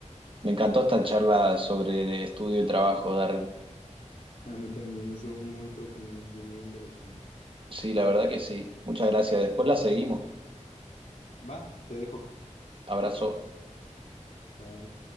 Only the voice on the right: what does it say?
Me encantó esta
charla
sobre estudio y trabajo, Dar.
Sí, la verdad que sí. Muchas gracias. Después la seguimos.
Abrazo.